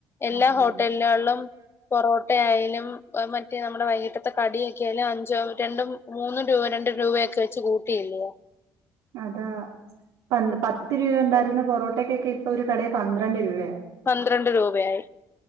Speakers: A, on the left; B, on the right.
A: എല്ലാ
B: അതെ
A: ഹോട്ടലുകളിലും പൊറോ ട്ട ആയാലും <unintelligible> റ്റെ നമ്മുടെ വൈകിട്ടത്തെ കടിയൊക്കൊയാലും അഞ്ചോ രണ്ടും മൂന്നും രൂപ രണ്ടും രൂപയൊക്കെ വെച്ച് കൂട്ടിയില്ലയോ
B: അതാ പ പത്ത് രൂപണ്ടായിരുന്ന പൊറോട്ടക്കൊക്കെ ഇപ്പൊ ഒരു കടെ പന്ത്രണ്ട് രൂപയ
A: പന്ത്രണ്ട് രൂപയായി